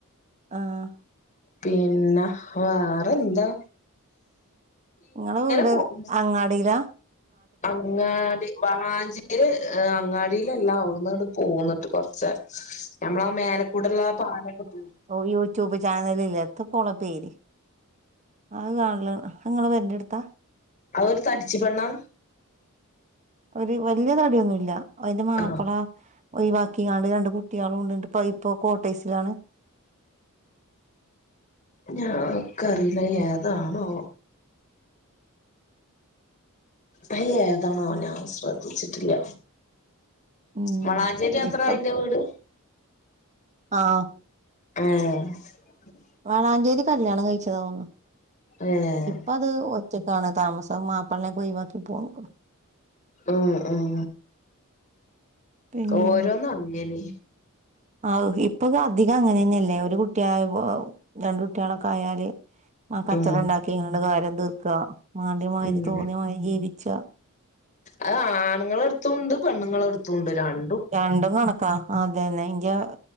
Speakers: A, on the right; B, on the left.
A: ആഹ്
B: പിന്നെ വാറെന്താ
A: ങ്ങളെ വീട്
B: പോകണ്ട്
A: അങ്ങാടിലാ?
B: അങ്ങാടി വളാഞ്ചേരി അങ്ങാടിലല്ല. അവ് ടുന്ന് ഇങ്ങട്ട് പോന്ന്ട്ട്. <unintelligible> ഞമ്മളാ മേല ക്കൂടള്ള ആ പാലൊക്കെ പോയി.
A: ഓ യൂറ്റുബ് ചാനല് ലെ എത്തപോളെ പേര്? അയ്‌ കൺല് അയ് ഇങ്ങളെ പേരന്റെ എടുത്താ.
B: അയ്‌ ഒര് തട്ച്ചി പെണ്ണ.
A: ഒര് വല്ല്യ തടിയൊന്നുല്ല. അയിന്റെ മാപ്പള.
B: ആഹ്
A: ഒഴിവാക്കിക്കാണ്ട് രണ്ട് കുട്ട്യാളുണ്ട്. ന്ന്ട്ട്പ്പോ ഇപ്പോകോട്ടേസിലാണ്.
B: ഞാ ക്കറീല ഏതാണോവോ? അയ് ഏതാണോനാവോ ഞാൻ ശ്രദ്ധിച്ചിട്ടില്ല.
A: ഉം
B: വളാഞ്ചേരി അത്രേ
A: ഇപ്പം
B: അയിന്റെ വീട്.
A: ആഹ്.
B: ഏഹ്
A: വാളഞ്ചേരി കല്യാണം കഴിച്ചത തോന്നുണ്
B: ഏഹ്.
A: പ്പഅത് ഒറ്റക്കാണ് താമസം. മാപ്പളനോക്കെ ഒയിവാക്കി പൊന്നക്ക്ണ്.
B: ഉം ഉം
A: പിന്നെ.
B: ഓരോന്ന് അങ്ങനെ
A: ആഹ് ഇപ്പൊകെ അധികം അങ്ങനെന്നെല്ലേ. ഒരു കുട്ടിയായപൊ രണ്ടുട്ട്യാളോക്കെ ആയാല്. ആ കച്ചറണ്ടാക്കിക്കാണ്ട്
B: ഉം
A: കാര്യം തീർക്ക. മാണ്ട്യമാരി
B: ഉം
A: തോന്ന്യാമാരി ജീവിച്ച.
B: അത് ആൺങ്ങളെ എട്ത്തുണ്ട് പെണ്ണുങ്ങളെ എട്ത്തുണ്ട് രൺ
A: രണ്ടും കണക്കാ, അതെന്നെ എങ്കിയ